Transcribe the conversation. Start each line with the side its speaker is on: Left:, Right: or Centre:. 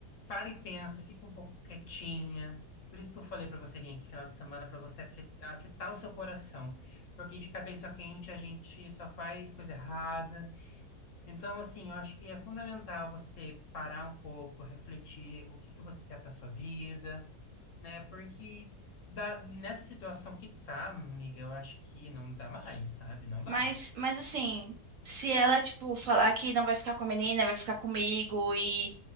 Left: para e pensa, fica um pouco quietinha. Por isso que eu falei para você vir aqui final de semana, para você aque- aquietar o seu coração. Porque de cabeça quente a gente só faz coisa errada. Então, assim, eu acho que é fundamental você parar um pouco, refletir o que que você quer para sua vida, né? Porque da- nessa situação que tá, amiga, eu acho que não dá mais, sabe? Não dá.
Right: Mas, mas assim, se ela, tipo, falar que não vai ficar com a menina, vai ficar comigo e,